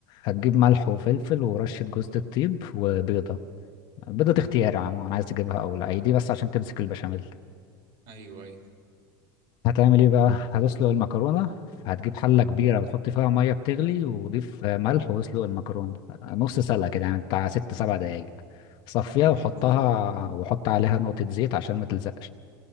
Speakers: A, on the left; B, on the right.
A: وهتجيب ملح وفلفل ورشة جوز الطيب وبيضة البيضة دي اختياري عموما عايز تجيبها او لا هي دي بس عشان تمسك البشاميل
B: ايوه ايوه
A: هتعمل ايه بقى هتسلق المكرونة هتجيب حلة كبيرة وتحط فيها مية بتغلي وضيف ملح واسلق المكرونة نص سلقة كده يعني بتاع ست سبع دقايق صفيها
B: اه
A: وحطها وحط عليها نقطة زيت عشان ما تلزقش